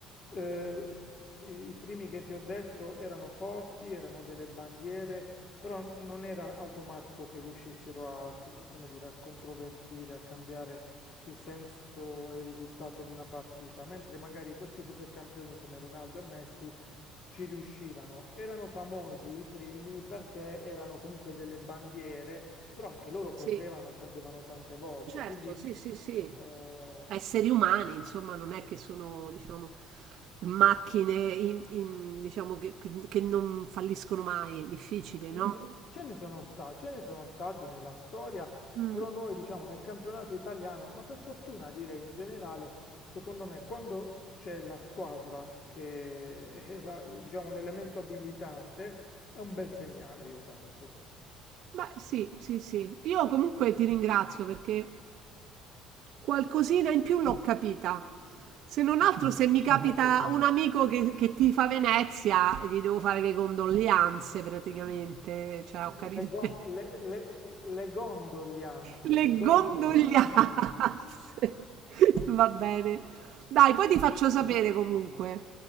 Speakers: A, on the left; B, on the right.
A: eh, i, i primi che ti ho detto erano forti, erano delle bandiere, però non era automatico che riuscissero a, co- come dire, a controvertire, a cambiare il senso e il risultato di una partita, mentre magari questi supercampioni come Ronaldo e Messi ci riuscivano, erano famosi i primi perché erano comunque delle bandiere, però anche loro
B: Sì,
A: perdevano e perdevano tante volte,
B: certo,
A: quindi
B: sì, sì, sì.
A: eh,
B: Esseri umani, insomma, non è che sono, diciamo, macchine in- in- diciamo, che, che- che non falliscono mai, difficile,
A: mm,
B: no?
A: ce ne sono sta- ce ne sono stati nella storia,
B: Mm.
A: però noi diciamo nel campionato italiano, ma per fortuna direi in generale, secondo me quando c'è la squadra che è la- diciamo l'elemento abilitante, è un bel segnale, io penso.
B: Beh, sì, sì, sì. Io comunque ti ringrazio perché qualcosina in più l'ho capita. Se non
A: <laughs>
B: altro, se mi
A: Mi
B: capita
A: fa piacere.
B: un amico che, che tifa Venezia, gli devo fare le condoglianze praticamente. Cioè, ho capito.
A: Le, go-
B: <laughs>
A: le- le- le gondolianze,
B: Le
A: le gondolianze.
B: condoglianze. <laughs> Va bene. Dai,
A: <laughs>
B: poi ti faccio sapere comunque.